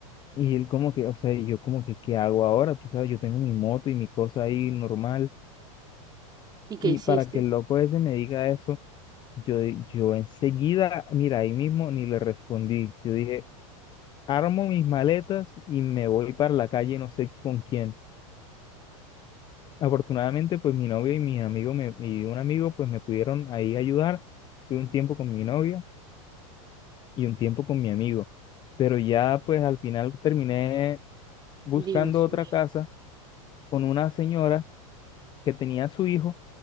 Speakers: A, on the left; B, on the right.
A: Y él como que, o sea, y yo como que, ¿qué hago ahora? Tú sabes, yo tengo mi moto y mi cosa ahí normal.
B: ¿Y qué
A: Y
B: hiciste?
A: para que el loco ese me diga eso, yo, yo enseguida, mira, ahí mismo ni le respondí. Yo dije, armo mis maletas y me voy para la calle, no sé con quién. Afortunadamente, pues mi novia y mis amigos me, y un amigo, pues me pudieron ahí ayudar. Fui un tiempo con mi novia y un tiempo con mi amigo. Pero ya, pues al final terminé buscando
B: Dios
A: otra
B: mío.
A: casa con una señora que tenía a su hijo